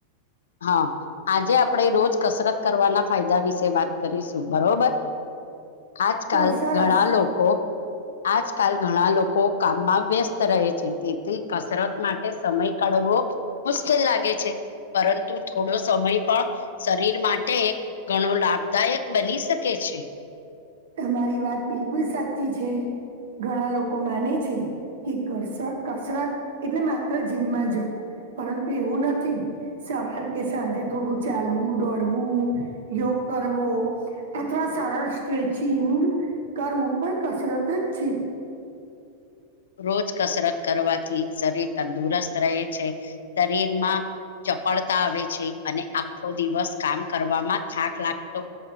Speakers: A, on the left; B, on the right.
A: હા આજે આપણેે રોજ કસરત કરવાના ફાયદા વિશે વાત કરીશું બરોબર આજકાલ
B: ઓ સરસ
A: ઘણા લોકો આજકાલ ઘણા લોકો કામમાં વ્યસ્ત રહે છે તેથી કસરત માટે સમય કાઢવો મુશ્કેલ લાગે છે પરંતુ થોડો સમય પણ શરીર માટે ઘણો લાભદાયક બની શકે છે
B: તમારી વાત બિલકુલ સાચી છે ઘણા લોકો માને છે કે કસરત એટલે માત્ર જીમમાં જવું પરંતુ એવું નથી સવાર કે સાંજે થોડું ચાલવું દોડવું યોગ કરવો અથવા સરળ સ્ટ્રેચિંગ કરવું પણ કસરત જ છે
A: રોજ કસરત કરવાથી શરીર તંદુરસ્ત રહે છે શરીરમાં. ચપળતા આવે છે અને આખો દિવસ કામ કરવામાં થાક લાગતો.